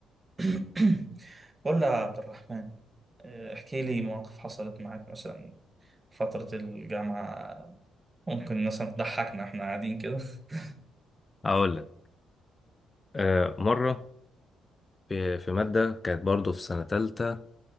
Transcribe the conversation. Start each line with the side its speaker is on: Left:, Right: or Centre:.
Right: <coughs> <clears throat> قول لي يا عبد الرحمن آه، احكي لي مواقف حصلت معاك مثلا فترة الجامعة ممكن مثلا تضحكنا احنا قاعدين كده <laughs>
Left: اقول لك آه مره في في ماده كانت برضو في سنه تالتة